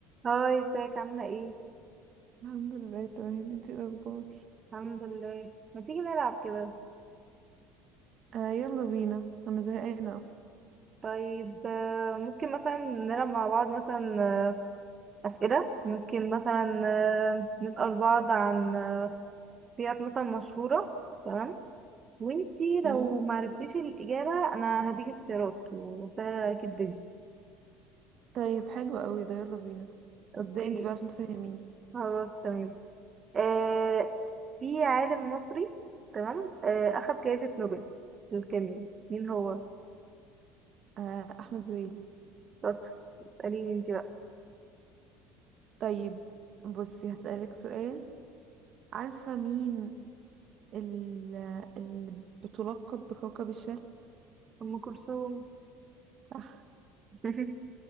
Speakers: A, on the right (about 30°); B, on the right (about 50°).
A: هاي ازيك عاملة ايه؟
B: الحمد لله تمام انتي ايه الاخبار
A: الحمد لله ما تيجي نلعب كده
B: آه يلا بينا انا زهقانه اصلا
A: طيب آه، ممكن مثلا نلعب مع بعض مثلا آه، أسئلة ممكن مثلا آه، نسأل بعض عن آه، سيارات مثلا مشهورة تمام وانتي لو
B: امم
A: معرفتيش الإجابة أنا هديك اختيارات وسهلة عليكي الدنيا
B: طيب حلو قوي ده يلا بينا
A: اوكي
B: ابدأي انت بقى عشان تفهميني
A: خلاص تمام آه في عالم مصري تمام آه أخد جائزة نوبل للكيمياء مين هو؟
B: آه احمد زويل
A: شاطر اسأليني انتي بقى
B: طيب بصي هسألك سؤال عارفه مين ال- اللي بتلقب بكوكب الشرق
A: أم كلثوم
B: صح
A: <laughs>